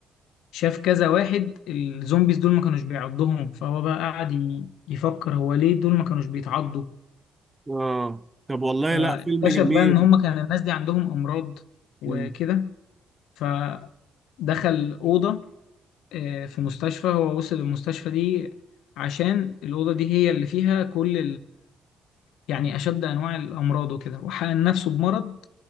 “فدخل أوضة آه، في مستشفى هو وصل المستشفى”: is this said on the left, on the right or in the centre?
Left